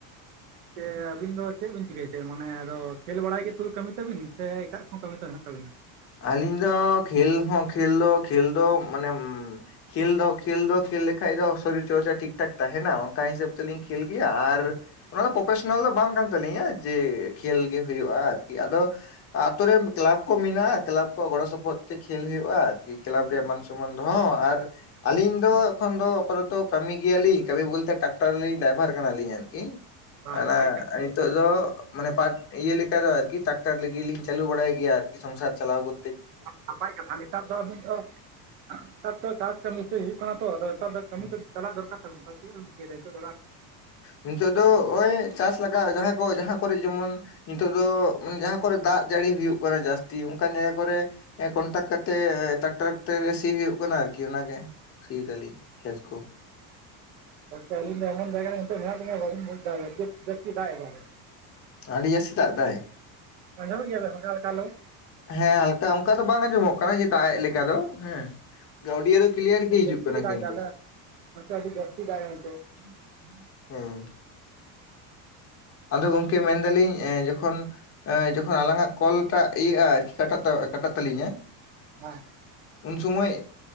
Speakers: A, on the right; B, on the left.
A: ᱡᱮ ᱟᱹᱵᱤᱱ ᱫᱚ ᱪᱮᱫ ᱵᱤᱱ ᱪᱤᱠᱟᱹᱭ ᱛᱮ ᱢᱟᱱᱮ ᱟᱫᱚ ᱠᱷᱮᱞ ᱵᱟᱲᱟᱭ ᱜᱮ ᱥᱩᱫᱩ ᱠᱟᱹᱢᱤ ᱛᱟᱵᱤᱱ ᱥᱮ ᱮᱴᱟᱜ ᱠᱚᱦᱚᱸ ᱠᱟᱹᱢᱤ ᱛᱚ ᱦᱮᱱᱟᱜ ᱛᱟᱵᱤᱱᱟ?
B: ᱟᱹᱞᱤᱝ ᱫᱚ ᱠᱷᱮᱞ ᱦᱚᱸ ᱠᱷᱮᱞ ᱫᱚ ᱠᱷᱮᱞ ᱫᱚ ᱢᱟᱱᱮ ᱠᱷᱮᱞ ᱫᱚ ᱠᱷᱮᱞ ᱫᱚ ᱠᱷᱮᱞ ᱞᱮᱠᱷᱟᱡ ᱫᱚ ᱥᱚᱨᱤᱨ ᱪᱚᱨᱪᱟ ᱴᱷᱤᱠ ᱴᱷᱟᱠ ᱛᱟᱦᱮᱱᱟ ᱚᱱᱠᱟ ᱦᱤᱥᱟᱹᱵ ᱛᱮᱞᱤᱧ ᱠᱷᱮᱞ ᱜᱮᱭᱟ ᱟᱨ ᱚᱱᱟ ᱫᱚ ᱯᱨᱚᱯᱷᱮᱥᱚᱱᱟᱞ ᱫᱚ ᱵᱟᱝ ᱠᱟᱱ ᱛᱟᱹᱞᱤᱧᱟ ᱡᱮ ᱠᱷᱮᱞ ᱜᱮ ᱦᱩᱭᱩᱜ-ᱟ ᱟᱨᱠᱤ ᱟᱫᱚ ᱟᱛᱳ ᱨᱮᱱ ᱠᱞᱟᱵᱽ ᱠᱚ ᱢᱮᱱᱟᱜ-ᱟ ᱾ ᱠᱞᱟᱯ ᱠᱚ ᱜᱚᱲᱚ ᱥᱚᱯᱚᱦᱚᱫ ᱛᱮ ᱠᱷᱮᱞ ᱦᱩᱭᱩᱜ-ᱟ ᱟᱨᱠᱤ ᱠᱮᱞᱟᱯ ᱨᱮᱭᱟᱜ ᱢᱟᱱ ᱥᱚᱱᱢᱟᱱ ᱨᱮᱭᱟᱜ ᱫᱚᱦᱚ ᱦᱚᱸ ᱟᱨ ᱟᱹᱞᱤᱧ ᱫᱚ ᱮᱠᱷᱚᱱ ᱫᱚ ᱟᱯᱟᱛᱚᱛᱚ ᱠᱟᱹᱢᱤ ᱜᱮᱭᱟᱞᱤᱧ ᱠᱟᱹᱢᱤ ᱵᱚᱞᱛᱮ ᱴᱟᱠᱴᱟᱨᱞᱤᱧ ᱰᱟᱭᱵᱷᱟᱨ ᱠᱟᱱᱟᱞᱤᱧ ᱟᱨᱠᱤ
A: ᱵᱟᱝ
B: ᱢᱟᱱᱮ
A: ᱵᱷᱟᱜᱮ ᱠᱟᱹᱢᱤ
B: ᱱᱤᱛᱚᱜ ᱟᱫᱚ ᱢᱟᱱᱮ ᱯᱟᱴ ᱤᱭᱟᱹ ᱞᱮᱠᱟ ᱫᱚ ᱟᱨᱠᱤ ᱴᱟᱠᱴᱟᱨ ᱞᱤᱜᱤᱞᱤᱧ ᱪᱟᱹᱞᱩ ᱵᱟᱲᱟᱭ ᱜᱮᱭᱟ ᱟᱨᱠᱤ ᱥᱚᱝᱥᱟᱨ ᱪᱟᱞᱟᱣ ᱠᱚ
A: ᱱᱟᱯᱟᱭ ᱠᱟᱛᱷᱟ ᱱᱮᱛᱟᱨ ᱫᱚ ᱟᱹᱵᱤᱱ ᱫᱚ ᱱᱮᱛᱟᱨ ᱛᱚ ᱪᱟᱥ ᱠᱟᱹᱢᱤ ᱦᱩᱭᱩᱜ ᱠᱟᱱᱟ ᱛᱚ ᱟᱫᱚ ᱱᱮᱛᱟᱨ ᱫᱚ ᱠᱟᱹᱢᱤ
B: ᱦᱩᱸ।
A: ᱫᱚ ᱪᱟᱞᱟᱜ ᱫᱚᱨᱠᱟᱨ ᱛᱟᱵᱚᱱ ᱛᱚ ᱪᱮᱫ ᱵᱤᱱ ᱪᱤᱠᱟᱹᱭ ᱫᱟ ᱚᱲᱟᱜ ᱨᱮ?
B: ᱱᱤᱛᱚᱜ ᱫᱚ ᱳᱭ ᱪᱟᱥ ᱞᱟᱜᱟᱜ ᱡᱟᱦᱟᱸ ᱠᱚ ᱡᱟᱦᱟᱸ ᱠᱚᱨᱮ ᱡᱮᱢᱚᱱ ᱱᱤᱛᱚᱜ ᱫᱚ ᱢᱟᱱᱮ ᱡᱟᱦᱟᱸ ᱠᱚᱨᱮ ᱫᱟᱜ ᱡᱟᱹᱲᱤ ᱦᱩᱭᱩᱜ ᱠᱟᱱᱟ ᱡᱟᱹᱥᱛᱤ ᱚᱝᱠᱟᱱ ᱡᱟᱭᱜᱟ ᱠᱚᱨᱮ ᱮ ᱠᱚᱱᱴᱟᱠ ᱠᱟᱛᱮᱜ ᱴᱟᱠᱴᱟᱨ ᱠᱚᱛᱮ ᱥᱤ ᱦᱩᱭᱩᱜ ᱠᱟᱱᱟ ᱟᱨᱠᱤ ᱚᱱᱟ ᱜᱮ ᱾ ᱥᱤᱭ ᱫᱟᱞᱤ ᱠᱷᱮᱛ ᱠᱚ ᱾
A: ᱜᱚᱝᱠᱮ ᱟᱹᱞᱤᱧ ᱫᱚ ᱮᱢᱚᱱ ᱡᱟᱭᱜᱟ ᱨᱮ ᱱᱤᱛᱚᱜ ᱢᱮᱱᱟᱜ ᱞᱤᱧᱟ ᱵᱟᱵᱮᱱ ᱵᱩᱡ ᱫᱟ ᱟᱹᱰᱤ ᱡᱟᱹᱥᱛᱤ ᱫᱟᱜ ᱮᱫᱟᱭ ᱾
B: ᱟᱺᱰᱤ ᱡᱟᱹᱥᱛᱤ ᱫᱟᱜ ᱮᱫᱟᱭ?
A: ᱟᱸᱡᱚᱢᱮᱜ ᱜᱮᱭᱟ ᱵᱮᱱ ᱦᱟᱞᱠᱟ ᱦᱟᱞᱠᱟ ᱦᱮᱞᱳᱣ?
B: ᱦᱮᱸ ᱦᱟᱞᱠᱟ ᱚᱝᱠᱟ ᱫᱚ ᱵᱟᱝ ᱟᱸᱡᱚᱢᱚᱜ ᱠᱟᱱᱟ ᱡᱮ ᱫᱟᱜ ᱮᱜ ᱞᱮᱠᱟ ᱫᱚ ᱦᱮᱸ ᱾ ᱜᱟᱹᱣᱰᱤᱭᱟ
A: ᱟᱨᱠᱤ
B: ᱫᱚ ᱠᱤᱞᱭᱟᱨ ᱜᱤ
A: ᱟᱹᱰᱤ
B: ᱦᱤᱡᱩᱜ
A: ᱡᱟᱹᱥᱛᱤ
B: ᱠᱟᱱᱟ
A: ᱜᱮ ᱫᱟᱜ
B: ᱠᱤᱱᱛᱩ
A: ᱮᱫᱟ ᱟᱞᱮ ᱱᱚᱛᱮ ᱟᱹᱰᱤ ᱡᱟᱹᱥᱛᱤ ᱫᱟᱜ
B: ᱾
A: ᱮᱫᱟ ᱱᱤᱛᱚᱜ
B: ᱦᱮᱸ ᱾ ᱟᱫᱚ ᱜᱚᱝᱠᱮ ᱢᱮᱱ ᱫᱟᱞᱤᱧ ᱮᱸ ᱡᱚᱠᱷᱚᱱ ᱟᱸ ᱡᱚᱠᱷᱚᱱ ᱟᱞᱟᱝᱟᱜ ᱠᱚᱞ ᱴᱟᱜ ᱤᱭᱟᱹᱜ-ᱟ ᱟᱨᱠᱤ ᱠᱟᱴᱟᱜ ᱛᱟ ᱠᱟᱴᱟᱜ ᱛᱟᱹᱞᱤᱧᱟ
A: ᱦᱮᱸ ᱾
B: ᱩᱱ ᱥᱩᱢᱟᱹᱭ